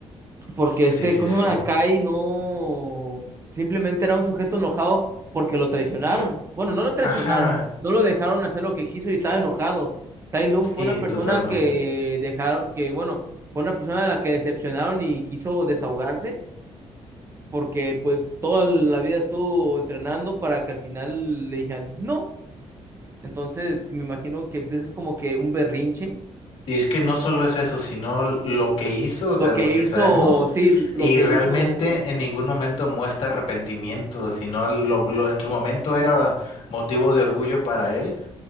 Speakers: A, on the right; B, on the left.
A: Porque este,
B: Sí, sí,
A: ¿cómo
B: sí.
A: se llama? Kai no... Simplemente era un sujeto enojado porque lo traicionaron.
B: S-
A: Bueno, no lo traicionaron,
B: Ajá.
A: no lo dejaron hacer lo que quiso y estaba enojado. Tai Lung
B: Sí,
A: fue una persona
B: totalmente.
A: que dejaron, que bueno, fue una persona a la que decepcionaron y quiso desahogarse porque pues toda la vida estuvo entrenando para que al final le dijeran no. Entonces, me imagino que eso es como que un berrinche.
B: Y es que no solo es eso, sino lo que hizo, o
A: Lo
B: sea,
A: que
B: lo que
A: hizo,
B: sabemos,
A: sí, lo
B: y
A: que
B: realmente
A: hizo,
B: en ningún momento muestra arrepentimiento, sino lo, lo- en su momento era motivo de orgullo para él,